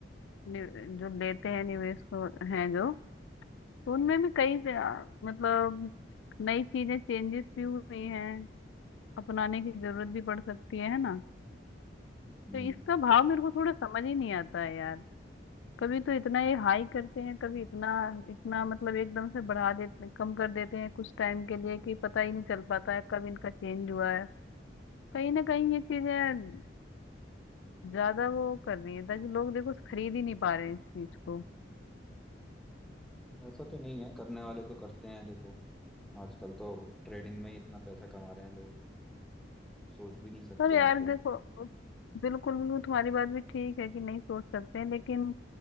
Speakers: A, on the left; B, in the centre.
A: नि- जो लेते हैं निवेश को हैं जो तो उनमें भी कई से आ, मतलब नई चीजें चेंजेस भी हुई हैं अपनाने की जरूरत भी पड़ सकती है है ना
B: हम्म
A: तो इसका भाव मेरे को थोड़ा समझ ही नहीं आता है यार कभी तो इतना ये हाई करते हैं कभी इतना इतना मतलब एकदम से बढ़ा देते कम कर देते हैं कुछ टाइम के लिए कि पता ही नहीं चल पाता है कब इनका चेंज हुआ है कहीं ना कहीं ये चीजें ज्यादा वो कर रही है ताकि लोग देखो खरीद ही नहीं पा रहे हैं इस चीज को
B: ऐसा तो नहीं है करने वाले तो करते हैं देखो आजकल तो ट्रेडिंग में ही इतना पैसा कमा रहे हैं लोग सोच भी नहीं सकते
A: पर यार
B: हम तो
A: देखो बिल्कुल बिल्कुल तुम्हारी बात भी ठीक है कि नहीं सोच सकते हैं लेकिन